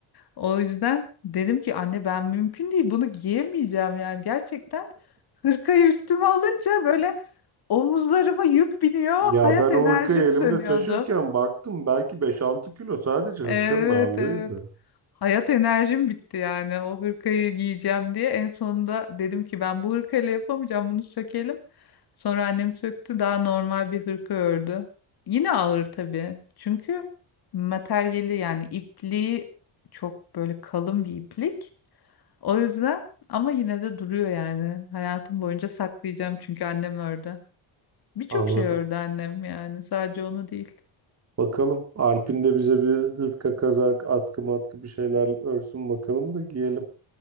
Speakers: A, on the left; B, on the right.
A: O yüzden dedim ki anne ben mümkün değil bunu giyemeyeceğim yani gerçekten hırkayı üstüme alınca böyle omuzlarıma yük biniyor
B: Ya
A: hayat
B: ben
A: enerjim
B: o hırkayı elimde
A: sönüyordu.
B: taşırken baktım belki beş altı kilo sadece hırkanın
A: Evet
B: ağırlığıydı.
A: evet. Hayat enerjim bitti yani o hırkayı giyeceğim diye. En sonunda dedim ki ben bu hırkayla yapamayacağım bunu sökelim. Sonra annem söktü daha normal bir hırka ördü. Yine ağır tabii. Çünkü materyali yani ipliği çok böyle kalın bir iplik. O yüzden ama yine de duruyor yani. Hayatım boyunca saklayacağım çünkü annem ördü. Birçok
B: Anladım.
A: şey ördü annem yani sadece onu değil.
B: Bakalım Alp'in de bize bir hırka, kazak, atkı matkı bir şeyler örsün bakalım da giyelim.